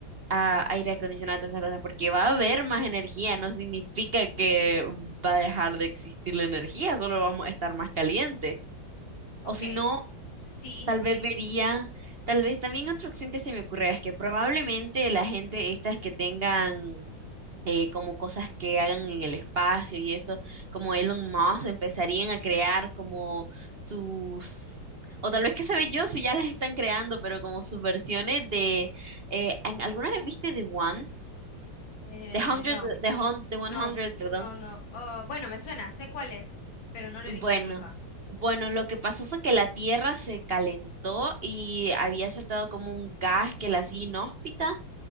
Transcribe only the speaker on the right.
a aire acondicionado, todas esas cosas, porque va a haber más energía, no significa que va a dejar de existir la energía, solo vamos a estar más caliente. O
si no,
tal vez vería, tal vez también otra opción que se me ocurre es que probablemente la gente estas que tengan eh, como cosas que hagan en el espacio y eso, como Elon Musk, empezarían a crear como sus... O tal vez que sabe yo si ya las están creando, pero como sus versiones de... eh, ¿en- ¿alguna vez viste The One?
The Hundred,
The Hun- The one
hundred, perdón.
Bueno,
bueno, lo que pasó fue que la Tierra se calentó y había saltado como un gas que la hacía inhóspita